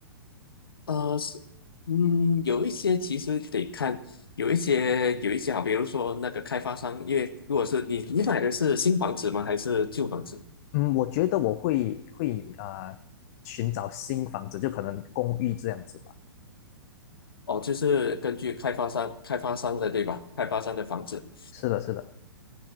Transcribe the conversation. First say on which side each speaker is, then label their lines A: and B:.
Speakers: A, on the left; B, on the left.
A: 呃，是，嗯，有一些其实得看，有一些有一些好，比如说那个开发商，因为如果是你你买的是新房子吗？还是旧房子？
B: 嗯，我觉得我会会啊、寻找新房子，就可能公寓这样子吧。
A: 哦，就是根据开发商开发商的对吧？开发商的房子，
B: 是的，是的，